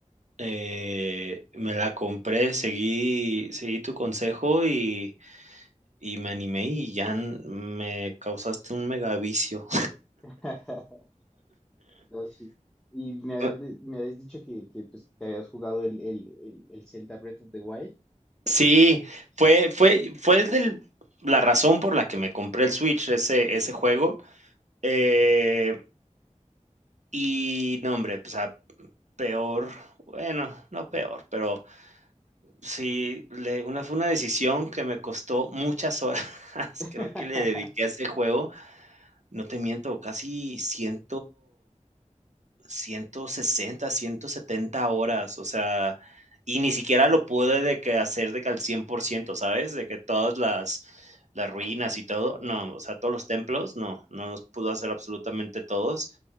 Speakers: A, on the right; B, in the centre.
A: eh, me la compré, seguí, seguí tu consejo y, y me animé y ya n- me causaste un mega vicio.
B: <laughs> No, sí. Y me habías,
A: <laughs>
B: de- me habías dicho que, que, pues, te habías jugado el, el, el, el Zelda Breath of the Wild.
A: Sí, fue, fue, fue del- la razón por la que me compré el Switch, ese, ese juego. eh, y no, hombre, pues Peor, bueno, no peor, pero sí, le una fue una decisión que me costó muchas horas. <laughs>
B: <laughs>
A: Creo que le dediqué a este juego, no te miento, casi cien, ciento sesenta ciento setenta horas, o sea, y ni siquiera lo pude de que hacer de que al cien por ciento ¿sabes? De que todas las las ruinas y todo, no, o sea, todos los templos, no, no los pudo hacer absolutamente todos,